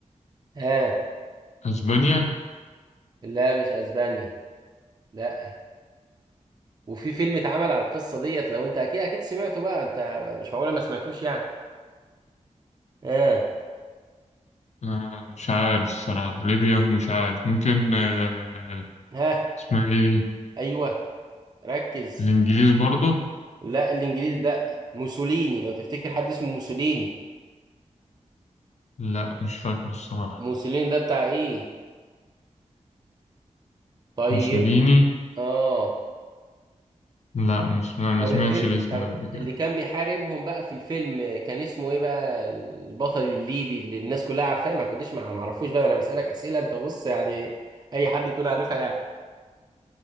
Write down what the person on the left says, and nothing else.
أسبانيا
آه مش عارف الصراحة ليبيا مش عارف ممكن آه
اسمها إيه دي
الإنجليز برضو
لا مش فاكر الصراحة
موسوليني
لا مش ما ما
سمعتش
الاسم
ده قبل كده